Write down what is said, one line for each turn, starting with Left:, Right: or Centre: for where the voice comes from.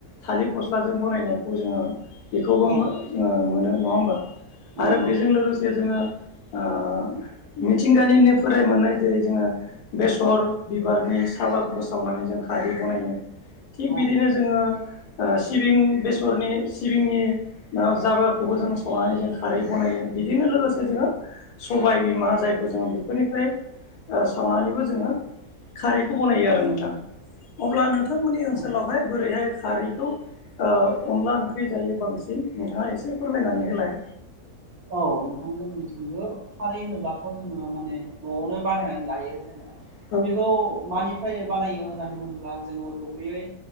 Left: थालिर फस्लाजों बनायनायखौ जोङो बेखौबो
Right: औ
Left: मो जोङो मोनो नङा होमबा
Right: नंगौ
Left: आरो बेजों लोगोसे जोङो ओ मिथिंगानिनो फोराय मोननाय जेरै जोङो बेसर बिबारनि साबाखौबो सावनानै जों खारै बनायो। थिग
Right: औ
Left: बिदिनो जोङो ओ सिबिं, बेसरनि सिबिंनि जाबारखौबो जों संनानै जों खारै बनायो बिदिनो लोगोसे जोङो सबाय बिमा जायखौ जोङो बेफोरनिफ्राय ओ सावनानैबो जोङो खारैखौ बनायो आरो नोंथां। अब्ला नोंथांमोननि ओनसोलावहाय
Right: औ
Left: बोरैहाय खारैखौ ओ अनला ओंख्रि जायो बांसिन नोंथाङा एसे फोरमायनानै होलाय।
Right: औ नोंथां। जोंनिथिंबो खारै होनोब्लाथ जोङो माने नआवनो बानायनानै लायो। जोङो।
Left: <inaudible>
Right: बेखौ मानिफ्राय बानायो होननानै बुङोब्ला जोङो गुबैयै